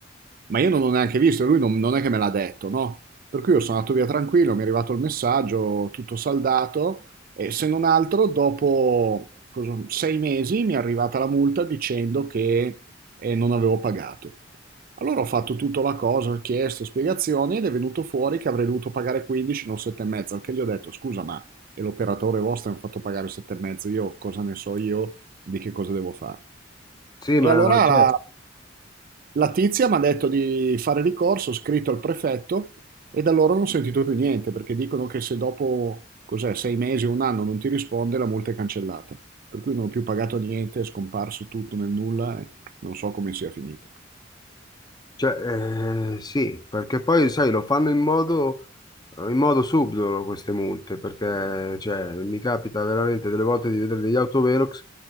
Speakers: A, on the right (about 50°); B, on the left (about 20°).
A: Ma io non l'ho neanche visto, e lui non, non è che me l'ha detto, no? Per cui io sono andato via tranquillo, mi è arrivato il messaggio, tutto saldato e se non altro dopo cosa- sei mesi mi è arrivata la multa dicendo che eh, non avevo pagato. Allora ho fatto tutta la cosa, ho chiesto spiegazioni ed è venuto fuori che avrei dovuto pagare 15, non 7,5, al che gli ho detto scusa ma e l'operatore vostro mi ha fatto pagare 7,5, io cosa ne so io di che cosa devo fare.
B: Sì,
A: E
B: ma
A: allora
B: cioè,
A: la, la tizia mi ha detto di fare ricorso, ho scritto al prefetto e da loro non ho sentito più niente perché dicono che se dopo cos'è, sei mesi o un anno non ti risponde la multa è cancellata. Per cui non ho più pagato niente, è scomparso tutto nel nulla e non so come sia finita.
B: cioè, eh, sì, perché poi sai, lo fanno in modo, eh, in modo subdolo queste multe, perché cioè, mi capita veramente delle volte di vedere degli autovelox